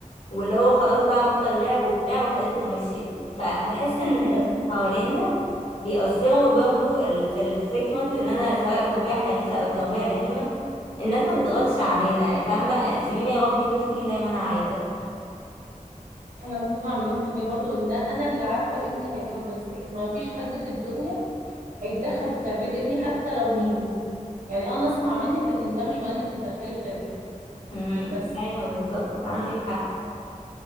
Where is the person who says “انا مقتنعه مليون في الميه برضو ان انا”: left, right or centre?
Right